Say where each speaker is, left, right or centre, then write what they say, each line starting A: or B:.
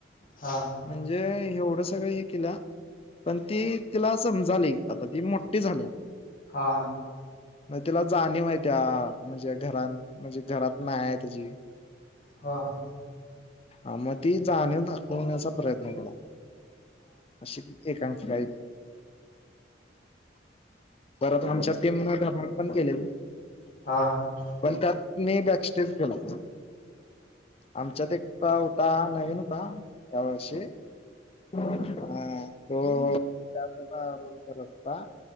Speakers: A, on the left (about 50°); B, on the left (about 30°).
A: हा.
B: म्हणजे एवढं सगळ हे केलं पण ती तिला समजाली आता ती मोठी झाल्या
A: हा.
B: मग तिला जाणीव हाय त्या म्हणजे घर म्हणजे घरात नाही आहे त्याजी.
A: हा हा.
B: आ म ती जाणीव दाखवण्याचा प्रयत्न केला. अशी ती एकांकिक आहे ती. परत आमच्या टीमने धबाड पण केलेली.
A: हा हा.
B: पण त्यात मी बॅक स्टेज केलतो आमच्यात एक कवता नवीन होता त्या वर्षी हा तो त्याचा <unintelligible> रोल करत होता.